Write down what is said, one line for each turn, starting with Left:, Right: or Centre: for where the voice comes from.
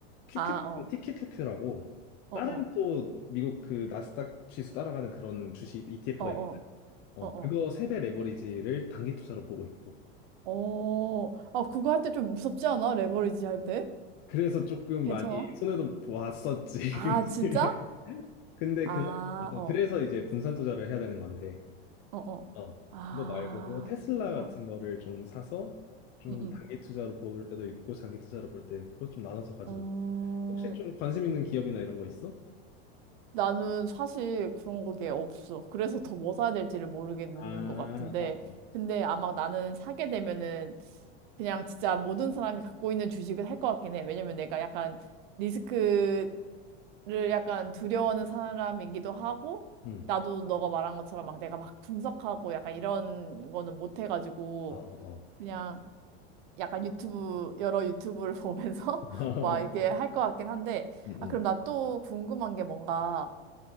Left: TQQQ라고
Right: 아, 어, 어,
Left: 다른
Right: 어,
Left: 또 미국 그 나스닥 지수 따라가는 그런 주식 ETF가
Right: 어, 어,
Left: 있거든. 어,
Right: 어, 어.
Left: 그거 3배 레버리지를 단기 투자로 보고 있고.
Right: 어, 아, 그거 할 때 좀 무섭지 않아? 레버리지 할 때?
Left: 그래서 조금
Right: 괜찮아?
Left: 많이 손해도 보았었지.
Right: 아,
Left: <laughs> 그치?
Right: 진짜?
Left: 근데
Right: 아,
Left: 그거 말고도
Right: 어,
Left: 그래서 이제 분산 투자를 해야 되는 건데
Right: 어, 어.
Left: 어
Right: 아,
Left: 그거 말고도 테슬라 같은
Right: 어,
Left: 거를 좀 사서 좀
Right: 응,
Left: 단기 투자로 볼 때도 있고 장기 투자로 볼 때 있고 좀 나눠서 가지고
Right: 응.
Left: 있지. 혹시 좀 관심 있는 기업이나 이런 거 있어?
Right: 나는 사실 그런 게 없어. 그래서 더 뭐 사야 될지를 모르겠는
Left: 아,
Right: 것 같은데.
Left: 어, 어.
Right: 근데 아마 나는 사게 되면은 그냥 진짜 모든 사람이 갖고 있는 주식을 할 것 같긴 해. 왜냐면 내가 약간 리스크를 약간 두려워하는 사람이기도 하고,
Left: 응.
Right: 나도 너가 말한 것처럼 막 내가 막 분석하고 약간 이런 거는 못 해가지고,
Left: 어, 어, 어.
Right: 그냥 약간 유튜브, 여러 유튜브를 <laughs> 보면서
Left: <laughs>
Right: 막 이렇게 할 것 같긴 한데,
Left: 응,
Right: 아,
Left: 응.
Right: 그럼 나 또 궁금한 게 뭔가,